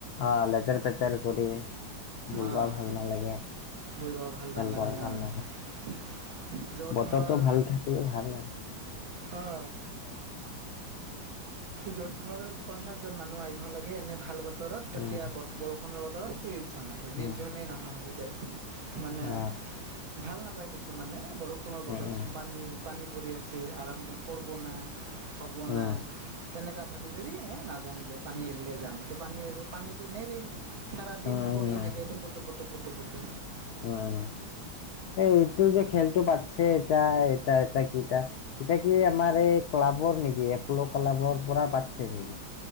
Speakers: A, on the left (about 75°); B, on the right (about 80°).
A: অ লেতেৰ পেতেৰ কৰি। বুলবা
B: অ',
A: ভাল নালাগে
B: বহিব ভাল
A: খেলবা
B: নালাগে
A: ভাল
B: অ',
A: নহয়।।
B: <unintelligible>
A: বতৰটো
B: ধৰ
A: ভাল থাকিলি ভাল আহ।
B: অ। য'ত ধৰ পঞ্চাশ জন মানুহ আহিব লাগে এনে ভাল বতৰত, তেতিয়া
A: উম
B: ব বৰষুণ বৰষুণৰ বতৰত ত্ৰিছজন আহে। বিছজনে
A: উম
B: নাহা হৈ যায় মানে।
A: অ
B: ভাল নাপাই কিছুমানে বৰষুণৰ বতৰ,
A: উম উম
B: পানী পানী পৰি আছে যে, আৰম্ভ কৰব না? হ'ব
A: উম
B: না? তেনেকা। ভাবি ভাবি এই নাযাং দে পানী এৰলে যাম। তো পানী পানীটো নেৰে। সাৰা
A: উম
B: দিন পৰি
A: উম উম
B: থাকে টুপু-টুপু টুপু-টুপুৰকে।
A: উম, সেই এইটো যে খেলটো পাতছে এটা এটা এটা কেইটা। এতিয়া কি আমাৰ এই ক্লাবৰ নেকি, এপলো ক্লাবৰ পৰা পাতছে নেকি?